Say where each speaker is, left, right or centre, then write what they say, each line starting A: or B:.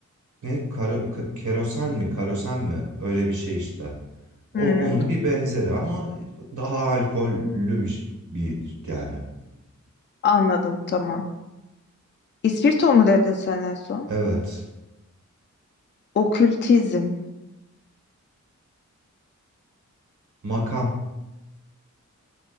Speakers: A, on the right (about 75°); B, on the left (about 40°).
A: Ne? Karo, k- kerosen mi? Karosen mi? Öyle bir şey işte. O,
B: hı,
A: onun bir benzeri ama daha alkollü bir, ş- bir yani.
B: anladım tamam. İspirto mu dedin sen en son?
A: Evet.
B: Okültizm,
A: Makam,